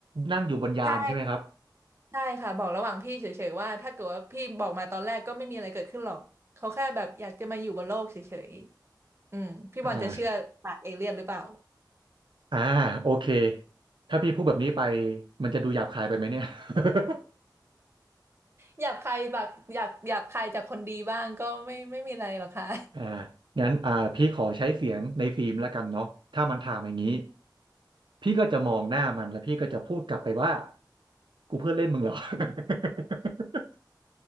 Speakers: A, on the right; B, on the right.
A: นั่งอยู่บนยานใช่ไหมครับ
B: ใช่ ใช่ค่ะบอกระหว่างพี่เฉยๆว่าถ้าเกิดว่าพี่บอกมาตอนแรกก็ไม่มีอะไรเกิดขึ้นหรอกเขาแค่แบบอยากจะมาอยู่บนโลกเฉยๆอืมพี่บอลจะเชื่อปากเอเลี่ยนหรือเปล่า
A: อ่าอ่าโอเคถ้าพี่พูดแบบนี้ไปมันจะดูหยาบคายไปไหมเนี่ย <laughs>
B: หยาบคายแบบอยากหยาบคายจากคนดีบ้างก็ไม่ไม่มีอะไรหรอกค่ะ
A: อ่างั้นอ่าพี่ขอใช้เสียงในฟิล์มแล้วกันเนาะถ้ามันถามอย่างนี้พี่ก็จะมองหน้ามันแล้วพี่ก็จะพูดกลับไปว่ากูเพื่อนเล่นมึงเหรอ <laughs>